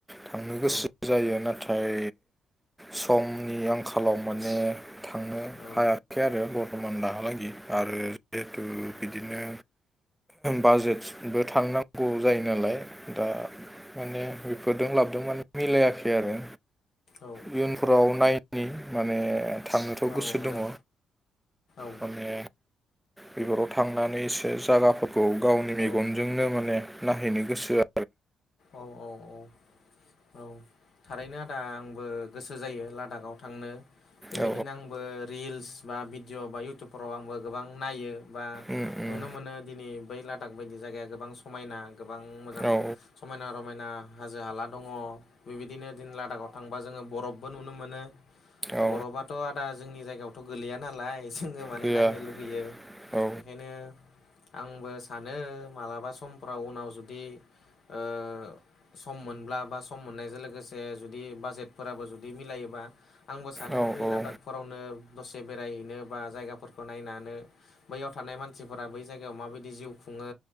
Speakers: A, in the centre; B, on the left.
A: थांनो गोसो
B: औ
A: जायो, नाथाय समनि आंखालाव माने थांनो
B: औ
A: हायाखै आरो ब समान दाहालागि आरो जिहेथु बिदिनो बाजेटबो थांनांगौ जायो नालाय दा माने बेफोरजों लाबोदोंमोन माने मिलायाखै आरो
B: औ
A: इयुनफोराव नायनि माने आंनोथ'
B: औ
A: गोसो
B: आदा
A: दङ।
B: औ
A: माने बेफोराव थांनानै एसे जायागाफोरखौ गावनि
B: औ
A: मेगनजोंनो माने नायहैनो गोसो आरो
B: औ औ औ औ थारैनो आदा आंबो गोसो जायो लादाखाव थांनो। बेबायदिनो
A: औ
B: आंबो रिल्स बा भिडिअ' बा इयउटुबफोराव आंबो गोबां नायो बा
A: उम उम
B: नुनो मोनो दिनै बै लादाख बायदि जायगाया गोबां समायना गोबां मोजां
A: औ
B: समायना- रमायना हाजो हाला दङ। बेबायदिनो जों लादाखाव थांबा जोङो बरफबो नुनो मोनो।
A: औ
B: बर'बाथ' आदा जोंनि जायगायावथ' गोलैया नालाय जोङो माने
A: गैया
B: नायनो लुगैयो।
A: औ
B: बेखायनो आंबो सानो मालाबा समफ्राव उनाव जुदि ओ सम मोनब्ला बा सम मोननायजों लोगोसे जुदि बाजेटफोराबो जुदि मिलायोबा आंबो सानो
A: औ
B: बै
A: औ
B: लादाखफोरावनो दसे बेरायहैनो बा जायगाफोरखौ नायनानै बैयाव थानाय मानसिफोरा बै जायगायाव माबायदि जिउ खुङो